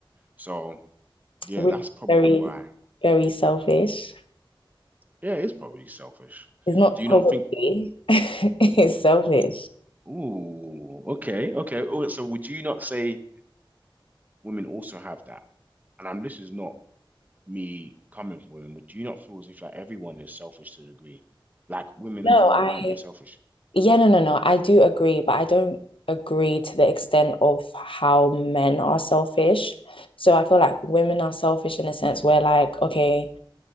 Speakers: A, on the right (about 20°); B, on the left (about 75°).
A: So yeah,
B: Which
A: that's
B: is
A: probably
B: very,
A: why.
B: very selfish.
A: Yeah, it's probably selfish.
B: It's not
A: Do
B: probably.
A: you not think?
B: <laughs> It's selfish.
A: Ooh, okay, okay. Oh, so would you not say women also have that? And I'm. this is not me coming from women, but do you not feel as if like everyone is selfish to a degree? Like women
B: No,
A: as well,
B: I,
A: aren't they selfish?
B: yeah, no, no, no. I do agree, but I don't agree to the extent of how men are selfish. So I feel like women are selfish in a sense where, like, okay,